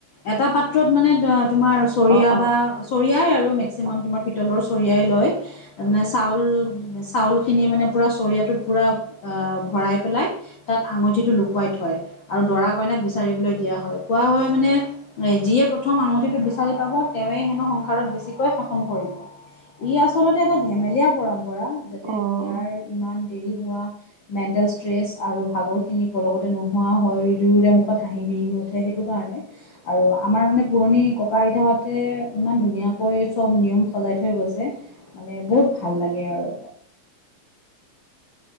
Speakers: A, on the left (about 80°); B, on the right (about 80°).
A: এটা পাত্ৰত মানে ধৰা তোমাৰ চৰিয়া
B: অ', অ',
A: বা চৰিয়াই আৰু মেক্সিমাম
B: অ',
A: তোমাৰ পিতলৰ চৰিয়াই লয়। মানে চাউল চাউলখিনি মানে পূৰা চৰিয়াটোত পূৰা ভৰাই পেলাই, তাত আঙুঠিটো লুকুৱাই থয় আৰু দৰা কইনাক বিচাৰিবলৈ দিয়া হয়। কোৱা হয় মানে, যিয়ে প্ৰথম আঙুঠিটো বিচাৰি পাব তেৱে হেনো সংসাৰত বেছিকৈ শাসন কৰিব। ই আচলতে এটা ধেমেলীয়া পৰম্পৰা। যাতে
B: অ',
A: বিয়াৰ ইমান দেৰি হোৱা মেণ্টেল ষ্ট্ৰেচ, আৰু ভাগৰখিনি পলকতে নোহোৱা হৈ দুয়োৰে মুখত হাঁহি বিৰিঙি উঠে সেইটো কাৰণে, আৰু আমাৰ মানে পুৰণি ককা আইতাহঁতে ইমান ধুনীয়াকৈ চব নিয়ম সজাই থৈ গৈছে মানে বহুত ভাল লাগে আৰু।